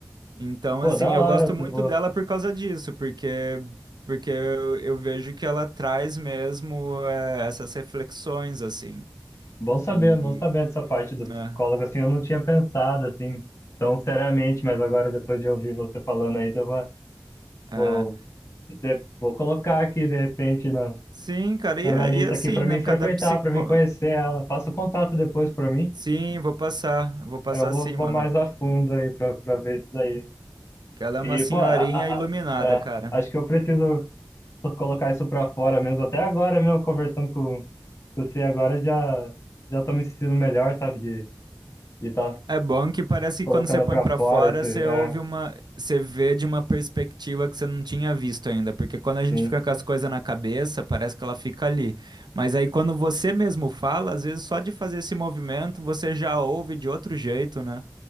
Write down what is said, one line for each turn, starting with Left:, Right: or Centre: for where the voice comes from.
Right: Então,
Left: Pô,
Right: assim,
Left: da hora,
Right: eu gosto
Left: tu
Right: muito
Left: vou
Right: dela por causa disso, porque, porque eu, eu vejo que ela traz mesmo, é, essas reflexões, assim.
Left: Bom saber,
Right: E,
Left: bom saber dessa parte do
Right: né?
Left: psicólogo, assim, eu não tinha pensado, assim, tão seriamente, mas agora depois de ouvir você falando aí, deu uma,
Right: É.
Left: vou, de- vou colocar aqui, de repente, na,
Right: Sim, cara, e,
Left: na
Right: é-
Left: minha lista
Right: e é assim,
Left: aqui para
Right: né?
Left: mim
Right: Cada
Left: frequentar,
Right: psicó.
Left: para mim conhecer ela, passa o contato depois para mim,
Right: Sim, vou passar. Vou passar
Left: aí eu vou,
Right: sim,
Left: vou
Right: mano.
Left: mais a fundo aí para ver isso daí.
Right: Que ela é
Left: E,
Right: uma senhorinha
Left: pô, a- a-
Right: iluminada,
Left: a-
Right: cara.
Left: a- acho que eu preciso colocar isso para fora mesmo, até agora mesmo, conversando com com você agora, já, já tô me sentindo melhor, sabe, de estar
Right: É bom que parece
Left: colocando
Right: que quando você põe
Left: pra
Right: pra
Left: fora
Right: fora,
Left: esse,
Right: você
Left: é,
Right: ouve uma, você vê de uma perspectiva que você não tinha visto ainda, porque quando a gente
Left: sim,
Right: fica com as coisas na cabeça, parece que ela fica ali. Mas aí quando você mesmo fala, às vezes só de fazer esse movimento, você já ouve de outro jeito, né?